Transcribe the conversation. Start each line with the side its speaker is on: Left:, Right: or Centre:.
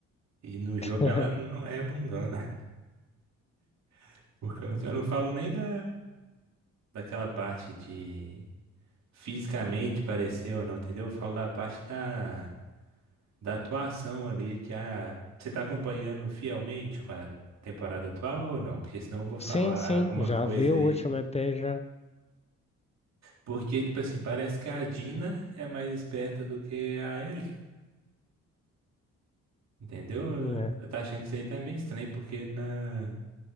Right: E no jogo
Left: <laughs>
Right: ela não é bundona. <laughs> Por causa, eu não falo nem da daquela parte de fisicamente parecer ou não, entendeu? Eu falo da parte da da atuação ali que a você tá acompanhando fielmente com a temporada atual ou não? Porque senão eu vou falar
Left: Sim, sim,
Right: alguma
Left: já
Right: coisa
Left: vi o
Right: aí.
Left: último EP já,
Right: Porque, tipo assim, parece que a Dina é mais esperta do que a Ellie, entendeu?
Left: né?
Right: Eu eu tô achando que isso aí tá meio estranho, porque na,